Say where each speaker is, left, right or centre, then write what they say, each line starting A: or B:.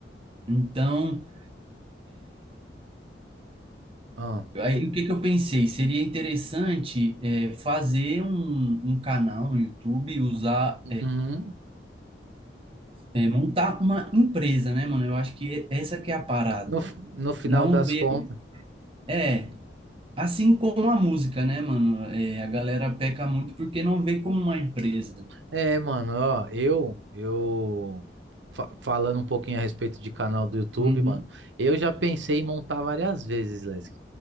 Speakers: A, on the right (about 30°); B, on the right (about 80°).
A: Então,
B: Ah.
A: aí, o que que eu pensei? Seria interessante é, fazer um, um canal no YouTube, usar
B: Uhum.
A: É, montar uma empresa, né, mano? Eu acho que essa que é a parada.
B: No, f- no final
A: Não
B: das
A: ver.
B: contas.
A: É, assim como a música, né, mano? É, a galera peca muito porque não vê como uma empresa.
B: É, mano, ó, eu, eu fa- falando um pouquinho a respeito de canal do YouTube,
A: Uhum.
B: mano, eu já pensei em montar várias vezes, Lesk.